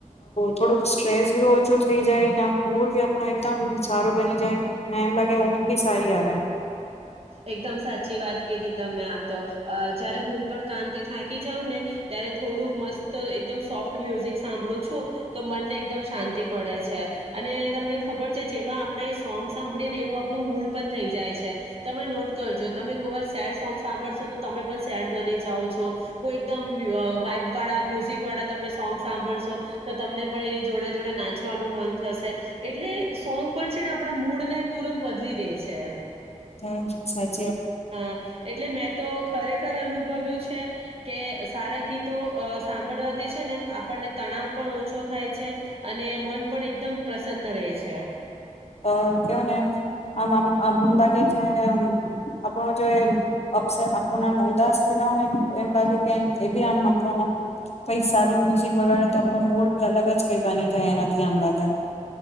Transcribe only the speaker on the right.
એકદમ સાચી વાત કીધી તમે. આ તો જયારે હું પણ કામ થી થાકી જાઉં ને, ત્યારે થોડુંક મસ્ત એકદમ સોફ્ટ મ્યુઝિક સાંભળું છું, તો મનને એકદમ શાંતિ મળે છે. અને તમને ખબર છે, જેવા આપણે સોંગ સાંભળીએ ને, એવું આપણું મૂળ પણ થઈ જાય છે. તમે નોટ કરજો, તમે કોઈ વાર સેડ સોંગ સાંભળશો, તો તમે પણ સેડ બની જાઓ છો. કોઈ એકદમ વાઈબ વાળા મ્યુઝિક વાળા તમે સોંગ સાંભળશો, તો તમને પણ એની જોડે-જોડે નાચવાનું મન થશે, એટલે સોંગ. પણ છે ને, આપણા મૂડ ને તુરંત બદલી દે છે.
હા, એટલે મેં તો ખરેખર અનુભવ્યું છે. કે, સારા ગીતો સાંભળવાથી છે ને, એમ આપણને તણાવ પણ ઓછો થાય છે અને મન પણ એકદમ પ્રસન્ન રહે છે.